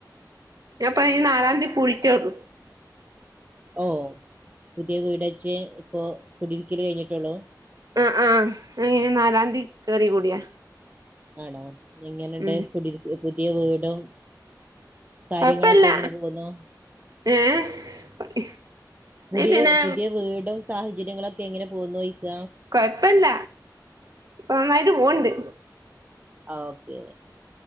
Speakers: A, on the right; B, on the right.
A: ഞാൻപ്പം ഈ നാലാംതീ
B: ആ ആ
A: പുഴിട്ടേ ഒള്ളൂ
B: ഓ പുതിയ വീടച്ച് ഇപ്പൊ കുടിയിരിക്കൽ കഴിഞ്ഞിട്ടൊള്ളു
A: ആ ആ മെയ് നാലാംതി കയറി കൂടിയാ
B: ആണോ എങ്ങനെണ്ട്
A: ഉം
B: കുടിൽ പുതിയ വീടും കാര്യങ്ങളൊക്കെ
A: കൊഴപ്പല്ല
B: എങ്ങനെ പോവുന്നു
A: ഏ പണി
B: പുതിയ
A: പിന്നെ
B: പുതിയ വീടും സാഹചര്യങ്ങളൊക്കെ എങ്ങനെ പോവുന്നുയിക്ക
A: കൊഴപ്പല്ല ഇപ്പൊ നന്നായിട്ട് പോണ്ട്
B: അഓക്കേ